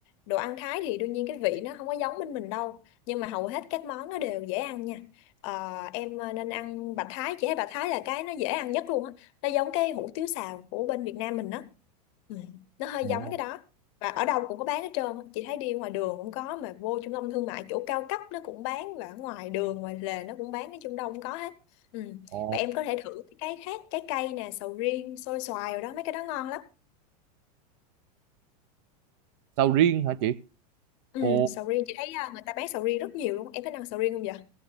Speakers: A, on the left; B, on the right.
A: đồ ăn Thái thì đương nhiên cái vị nó không có giống bên mình đâu nhưng mà hầu hết các món nó đều dễ ăn nha Ờ, em ờ, nên ăn bạch Thái chị thấy bạch Thái là cái nó dễ ăn nhất luôn á nó giống cái hủ tiếu xào của bên Việt Nam mình á ừ, nó hơi
B: ồ
A: giống cái đó và ở đâu cũng có bán hết trơn á. chị thấy đi ngoài đường cũng có mà vô trung tâm thương mại chỗ cao cấp nó cũng bán và ở ngoài đường ngoài lề nó cũng bán nói chung đâu cũng có hết ừ.
B: ồ
A: và em có thể thử cái khác trái cây nè sầu riêng xôi xoài rồi đó mấy cái đó ngon lắm
B: sầu riêng hả chị
A: Ừ,
B: ồ
A: sầu riêng chị thấy à, người ta bán sầu riêng rất nhiều luôn em có ăn sầu riêng không vậy